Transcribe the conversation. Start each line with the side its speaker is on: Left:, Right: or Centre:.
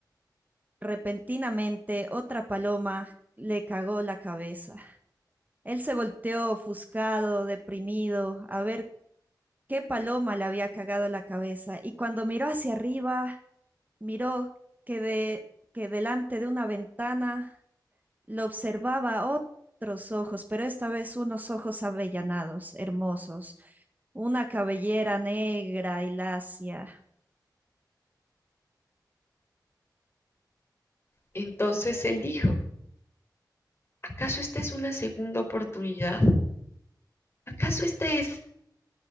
Right: repentinamente, otra paloma le cagó la cabeza. Él se volteó ofuscado, deprimido, a ver qué paloma le había cagado la cabeza. Y cuando miró hacia arriba, miró que, de, que delante de una ventana lo observaba otros ojos, pero esta vez unos ojos avellanados, hermosos, una cabellera negra y lacia.
Left: Entonces él dijo, ¿Acaso esta es una segunda oportunidad? ¿Acaso esta es